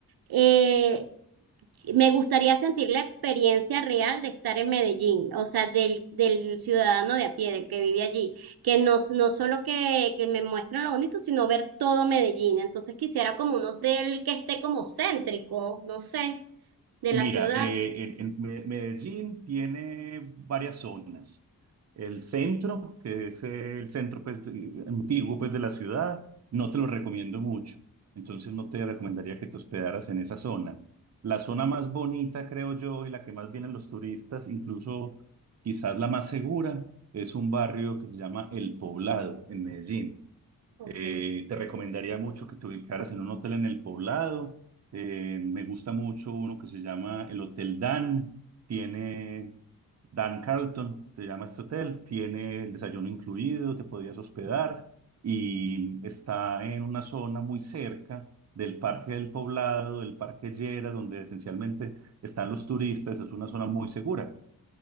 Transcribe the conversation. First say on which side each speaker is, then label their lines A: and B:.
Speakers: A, on the right; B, on the right.
A: eh, me gustaría sentir la experiencia real de estar en Medellín, o sea, del, del ciudadano de a pie, del que vive allí, que no, no solo que, que me muestren lo bonito, sino ver todo Medellín. Entonces quisiera como un hotel que esté como céntrico, no sé, de
B: Mira,
A: la ciudad.
B: eh, en- en Me- Medellín tiene varias zonas. El centro, que es el centro pues, eh, antiguo pues, de la ciudad, no te lo recomiendo mucho. Entonces no te recomendaría que te hospedaras en esa zona. La zona más bonita, creo yo, y la que más vienen los turistas, incluso quizás la más segura, es un barrio que se llama El Poblado en Medellín.
A: Ok.
B: Eh, te recomendaría mucho que te ubicaras en un hotel en el Poblado. Eh, me gusta mucho uno que se llama el Hotel Dan. Tiene Dan Carlton, se llama este hotel. Tiene el desayuno incluido, te podrías hospedar y está en una zona muy cerca del Parque del Poblado, del Parque Llera, donde esencialmente están los turistas. Es una zona muy segura.